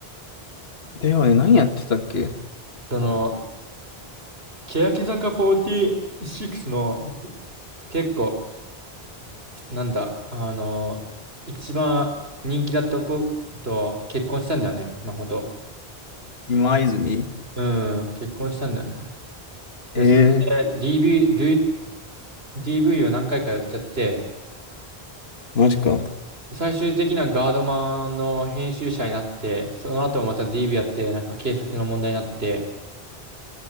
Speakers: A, on the left; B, on the right.
A: ではね、何やってたっけ
B: その、欅坂46の結構、なんだ、あの、一番人気だった子と結婚したんだよね、マホト。
A: 今泉
B: うん、結婚したんだよね。で、
A: ええー、
B: それで DV、DV を何回かやっちゃって、
A: マジか。
B: 最終的なガードマンの編集者になって、その後もまた DV やって、なんか警察の問題になって、